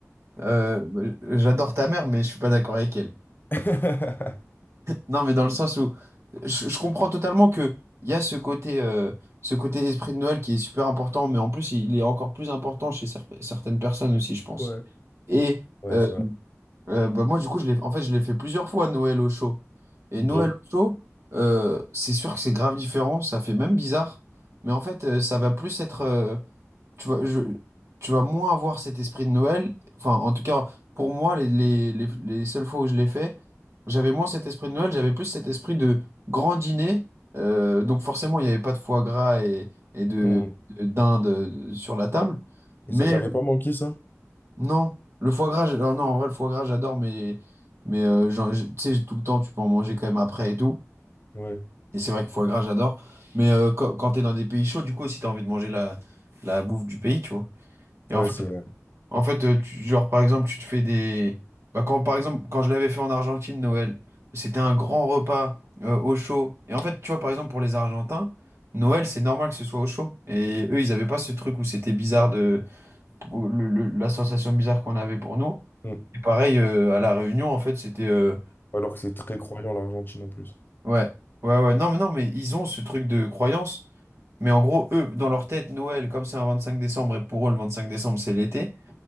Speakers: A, on the right; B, on the left.
A: euh, j'adore ta mère, mais je suis pas d'accord avec elle.
B: <laughs>
A: Non, mais dans le sens où je, je comprends totalement que il y a ce côté, euh, ce côté esprit de Noël qui est super important, mais en plus, il est encore plus important chez cer- certaines personnes aussi, je pense.
B: Ouais.
A: Et
B: Ouais,
A: euh,
B: c'est vrai.
A: euh, bah moi, du coup, je l'ai, en fait, je l'ai fait plusieurs fois Noël au chaud. Et
B: Ok.
A: Noël au chaud, euh, c'est sûr que c'est grave différent, ça fait même bizarre, mais en fait, euh, ça va plus être. euh, tu vas, je- tu vas moins avoir cet esprit de Noël. Enfin, en tout cas, pour moi, les, les, les- les seules fois où je l'ai fait, j'avais moins cet esprit de Noël, j'avais plus cet esprit de grand dîner. Euh, donc forcément, il n'y avait pas de foie gras et, et de
B: Mm.
A: de- dinde euh, sur la table.
B: Et
A: Mais
B: ça t'avait
A: euh,
B: pas manqué, ça?
A: non, le foie gras, je- alors non, en vrai, le foie gras, j'adore, mais, mais euh, j'en- je- tu sais, tout le temps, tu peux en manger quand même après et tout.
B: Ouais.
A: Et c'est vrai que foie gras, j'adore. Mais euh, quand, quand tu es dans des pays chauds, du coup, aussi, tu as envie de manger la, la bouffe du pays, tu vois. Et
B: Ouais,
A: en
B: c'est vrai.
A: en fait, euh, tu- genre par exemple, tu te fais des. Bah, quand, par exemple, quand je l'avais fait en Argentine, Noël, c'était un grand repas euh, au chaud. Et en fait, tu vois, par exemple, pour les Argentins, Noël, c'est normal que ce soit au chaud. Et eux, ils n'avaient pas ce truc où c'était bizarre de. où le- le- la sensation bizarre qu'on avait pour nous.
B: Mm.
A: Et pareil, euh, à La Réunion, en fait, c'était. euh,
B: Alors que c'est très croyant, l'Argentine, en plus.
A: Ouais, ouais, ouais. Non, mais non, mais ils ont ce truc de croyance. Mais en gros, eux, dans leur tête, Noël, comme c'est un 25 décembre, et pour eux, le 25 décembre, c'est l'été,